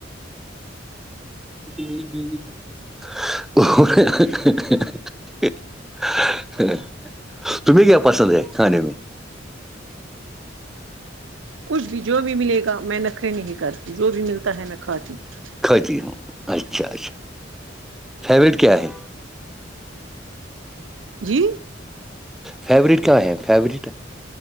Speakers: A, in the centre; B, on the right.
A: یہ بی نہیں کرتے ا تمہیں کیا پسند ہے کانے میں
B: کچھ بھی جو بھی ملے گا میں نخرے نہیں کرتی جو بھی ملتا ہے میں کھاتی ہوں
A: کھاتی ہوں اچھا اچھا فیوریٹ کیا ہے
B: جی
A: فیوریٹ کیا ہے فیوریٹ